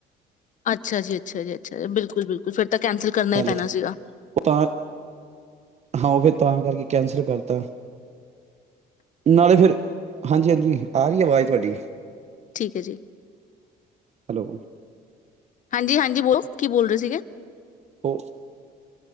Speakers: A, on the left; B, on the right.
A: ਅੱਛਾ ਜੀ ਅੱਛਾ ਜੀ ਅੱਛਾ ਜੀ ਬਿਲਕੁਲ ਬਿਲਕੁਲ ਫਿਰ ਤਾਂ ਕੈਂਸਲ ਕਰਨਾ
B: ਹੈਲੋ
A: ਹੀ ਪੈਣਾ ਸੀਗਾ
B: ਉਹ ਤਾਂ ਹਾਂ ਉਹ ਫਿਰ ਤਾਂ ਕਰਕੇ ਕੈਂਸਲ ਕਰਤਾ ਨਾਲੇ ਫਿਰ ਹਾਂਜੀ ਹਾਂਜੀ ਆ ਰਹੀ ਆਵਾਜ਼ ਤੁਹਾਡੀ
A: ਠੀਕ ਹੈ ਜੀ
B: ਹੈਲੋ,
A: ਹਾਂਜੀ ਹਾਂਜੀ, ਬੋਲੋ ਕੀ ਬੋਲ ਰਹੇ ਸੀਗੇ।
B: ਓ